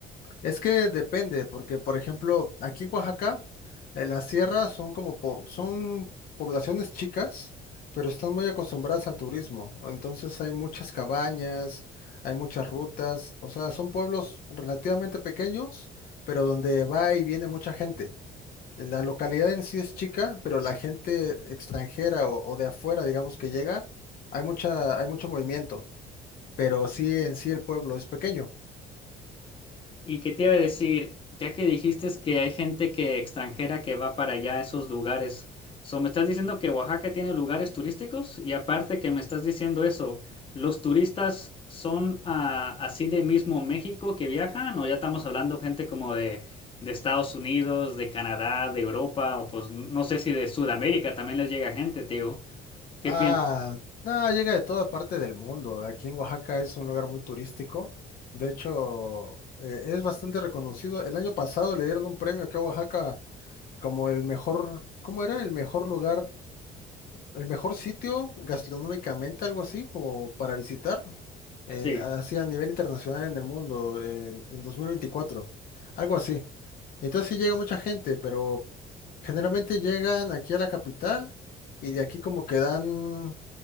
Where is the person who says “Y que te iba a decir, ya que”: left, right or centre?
Left